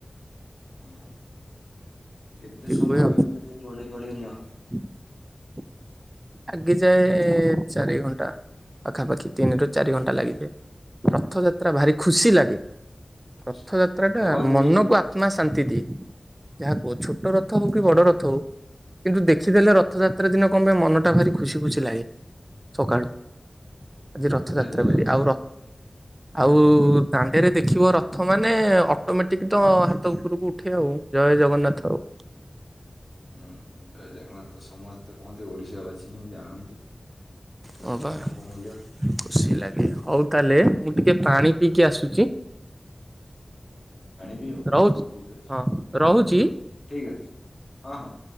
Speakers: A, on the left; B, on the right.
A: ହଁ କେତେ
B: ଏମିତି
A: ସମୟ
B: ହୁଏ ଆଉ।
A: ଭିତରେ ଏଇ ଗଡେଇ ଗଡେଇ ନିଅ?
B: <inaudible> ଆଜି ଯାଏ ଚାରି ଘଣ୍ଟା ପାଖାପାଖି ତିନିରୁ ଚାରି ଘଣ୍ଟା ଲାଗିଯାଏ। ରଥଯାତ୍ରା ଭାରି ଖୁସି ଲାଗେ
A: ଖୁସି
B: ରଥଯାତ୍ରା
A: ଭଗବାନ
B: ଟା ମନକୁ
A: ବି
B: ଆ ଆତ୍ମା ଶାନ୍ତି ଦିଏ। ଯାହା କୁହ ଛୋଟ ରଥ ହଉ କି ବଡ ରଥ ହଉ କିନ୍ତୁ ଦେଖିଦେଲେ ରଥଯାତ୍ରା ଦିନ କଣ ପାଇଁ ମନଟା ଭାରି ଖୁସି ଖୁସି ଲାଗେ ସକାଳୁ। ଆଜି
A: ଯେତେ
B: ରଥଯାତ୍ରା
A: ଯାହା ହେଲେ ଜଗନ୍ନାଥ
B: ବୋଲି ଆଉ ର ଆଉ ଦାଣ୍ଡେରେ ଦେଖିବ ରଥ ମାନେ ଅଟୋମେଟିକ ତ ହାତ ଉପରକୁ ଉଠେ ଆଉ। ଜୟ ଜଗନ୍ନାଥ ଆଉ।
A: ହୁଁ ଜୟ ଜଗନ୍ନାଥ ତ ସମସ୍ତେ କୁହନ୍ତି ଓଡିଶାବାସୀ ହିଁ ଜାଣନ୍ତି। ଜଗନ୍ନାଥଙ୍କ
B: ହଁ ବା
A: ମୂଲ୍ୟ
B: ଖୁସି ଲାଗେ ହଉ ତାହେଲେ ମୁଁ ଟିକେ ପାଣି ପିଇକି ଆସୁଛି।
A: ପାଣି ପିଇବ
B: ରହୁଛି।
A: ହଉ ଠିକ ଅଛି
B: ହଁ
A: ହଉ
B: ରହୁଛି।
A: ଠିକ ଅଛି ହଁ ହଁ।